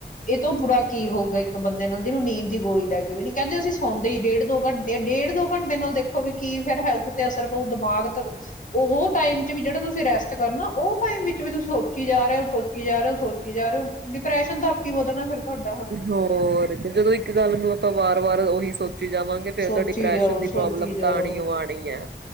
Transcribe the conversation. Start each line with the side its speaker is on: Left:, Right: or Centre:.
Left: ਇਹ ਤੋਂ ਬੁਰਾ ਕੀ ਹੋਊਗਾ ਇੱਕ ਬੰਦੇ ਨਾਲ ਜਿਹਨੂੰ ਨੀਂਦ ਦੀ ਗੋਲੀ ਲੈ ਕੇ ਵੀ ਨੀ ਕਹਿੰਦੇ ਅਸੀਂ ਸੌਂਦੇ ਹੀ ਡੇਢ ਦੋ ਘੰਟੇ ਡੇਢ ਦੋ ਘੰਟੇ ਨਾਲ ਦੇਖੋ ਵੀ ਕੀ ਫੇਿਰ ਹੈਲਥ ਤੇ ਅਸਰ ਪਊ ਦਿਮਾਗ ਉਹ ਟਾਈਮ ਚ ਵੀ ਜਿਹੜਾ ਤੁਸੀਂ ਰੈਸਟ ਕਰਨਾ ਉਹ ਟਾਈਮ ਵਿੱਚ ਵੀ ਤੁਸੀਂ ਸੋਚੀ ਜਾ ਰਹੇ ਹੋ ਸੋਚੀ ਜਾ ਰਹੇ ਹੋ ਸੋਚੀ ਜਾ ਰਹੇ ਹੋ ਡਿਪਰੈਸ਼ਨ ਦਾ ਆਪ ਹੀ ਵਧਣਾ ਫਿਰ ਤੁਹਾਡਾ ਹਨ
Right: ਹੋਰ ਤੇ ਜਦੋਂ ਇੱਕ ਗੱਲ ਨੂੰ ਆਪਾਂ ਵਾਰ ਵਾਰ ਉਹੀ ਸੋਚੀ ਜਾਵਾਂਗੇ ਫਿਰ
Left: ਸੋਚੀ
Right: ਤਾਂ ਡਿਪਰੈਸ਼ਨ
Left: ਜਾਓ
Right: ਦੀ
Left: ਸੋਚੀ
Right: ਪ੍ਰੋਬਲਮ
Left: ਜਾਓ
Right: ਤਾਂ ਆਣੀਓ ਆਉਣੀ ਹੈ